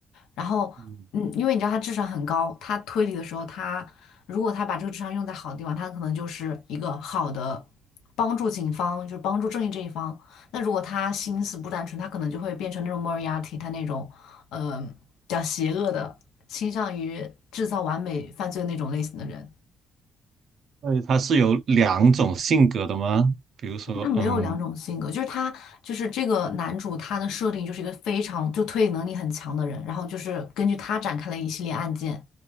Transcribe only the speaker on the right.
嗯，
那它是有两种性格的吗？比如说，
嗯。